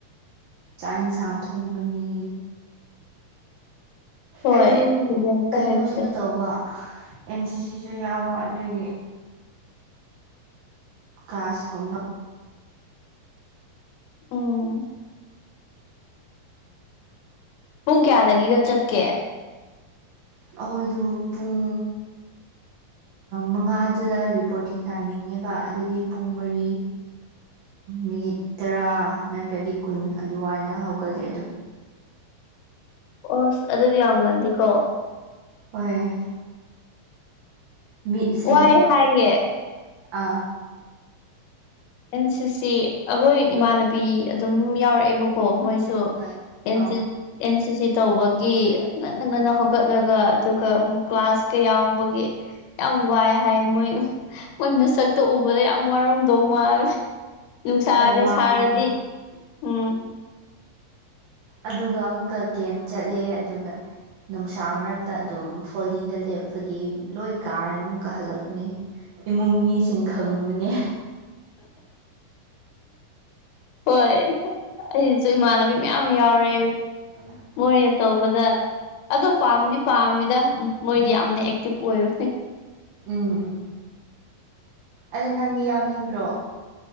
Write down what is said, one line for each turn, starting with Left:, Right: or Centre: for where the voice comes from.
Right: ꯆꯥꯛ ꯌꯦꯟꯁꯥꯡ ꯑꯃꯨꯛ ꯊꯣꯡꯒꯅꯤ
Left: ꯍꯣꯏ
Right: ꯑꯩꯗꯨ
Left: ꯔꯦꯟꯇ
Right: ꯀꯩꯅꯣꯁꯨ
Left: ꯂꯩꯕꯁꯦ
Right: ꯇꯧꯕ ꯑꯦꯟ ꯁꯤ ꯁꯤꯁꯨ ꯌꯥꯎꯕ ꯑꯗꯨꯒꯤ ꯀ꯭ꯂꯥꯁꯀꯨꯝꯕ
Left: ꯎꯝ ꯄꯨꯡ ꯀꯌꯥꯗꯒꯤꯒ ꯆꯠꯀꯦ
Right: ꯑꯩꯈꯣꯏꯗꯨ ꯄꯨꯡ ꯃꯉꯥꯗꯨꯗ ꯔꯤꯄꯣꯔꯠꯇꯤꯡ ꯇꯥꯏꯃꯤꯡꯅꯦꯕ ꯑꯗꯨꯗꯤ ꯄꯨꯡ ꯃꯔꯤ ꯃꯤꯅꯤꯠ ꯇꯔꯥ ꯅꯠꯇ꯭ꯔꯗꯤ ꯀꯨꯟ ꯑꯗꯨꯋꯥꯥꯏꯅ ꯍꯧꯒꯠꯂꯦ ꯑꯗꯨꯝ
Left: ꯑꯣꯁ ꯑꯗꯨꯗꯤ ꯌꯥꯝ ꯉꯥꯜꯂꯤꯒꯣ
Right: ꯍꯣꯏ ꯃꯤꯠꯁꯦ
Left: ꯋꯥꯏ ꯍꯥꯏꯌꯦ
Right: ꯑꯥ
Left: ꯑꯦꯟ ꯁꯤꯁ ꯑꯩꯈꯣꯏ ꯏꯃꯥꯟꯅꯕꯤ ꯑꯗꯨꯝ ꯌꯥꯎꯔꯛꯑꯦꯕ ꯀꯣ ꯃꯣꯏꯁꯨ
Right: ꯍꯣꯏ
Left: ꯑꯦꯟꯁꯤ
Right: ꯑꯥ
Left: ꯑꯦꯟ ꯁꯤ ꯁꯤ ꯇꯧꯕꯒꯤ ꯉꯟꯅ ꯉꯟꯅ ꯍꯧꯒꯠꯂꯒ ꯑꯗꯨꯒꯛ ꯀ꯭ꯂꯥꯁꯀ ꯌꯥꯎꯕꯒꯤ ꯌꯥꯝ ꯋꯥꯏ ꯍꯥꯏ ꯃꯣꯏ ꯃꯣꯏ ꯃꯤꯁꯛꯇ ꯎꯕꯗ ꯌꯥꯝ ꯋꯥꯔꯝꯗꯧ ꯀꯨꯃꯥꯜ ꯅꯨꯡꯁꯥꯒ
Right: ꯍꯣꯏ ꯋꯥꯕꯅꯦ
Left: ꯁꯥꯔꯗꯤ ꯎꯝ
Right: ꯑꯗꯨꯒ ꯑꯃꯨꯛꯀ ꯒꯦꯝ ꯆꯠꯂꯦ ꯑꯗꯨꯒ ꯅꯨꯡꯁꯥ ꯃꯔꯛꯇ ꯑꯗꯨꯝ ꯐꯣꯂꯤꯟꯗ ꯂꯦꯞꯄꯒꯤ ꯂꯣꯏ ꯀꯥꯔꯒ ꯑꯃꯨꯛꯀꯥ ꯍꯜꯂꯛꯄꯅꯤ ꯏꯃꯨꯡ ꯃꯤꯁꯤꯡ ꯈꯪꯕꯅꯦ
Left: ꯍꯣꯏ ꯑꯩꯁꯨ ꯏꯃꯥꯟꯅꯕꯤ ꯃꯌꯥꯝ ꯑꯃ ꯌꯥꯎꯔꯦ
Right: ꯎꯝ <inaudible>
Left: ꯃꯣꯏꯅ ꯇꯧꯕꯗ ꯑꯗꯣ ꯄꯥꯝꯗꯤ ꯄꯥꯝꯃꯤꯗ ꯃꯣꯏꯗꯤ ꯌꯥꯝꯅ ꯑꯦꯛꯇꯤꯞ ꯑꯣꯏꯕꯥꯅꯤ
Right: ꯎꯝ ꯎꯝ ꯑꯗꯣ ꯅꯪꯗꯤ ꯌꯥꯎꯅꯤꯡꯗ꯭ꯔꯣ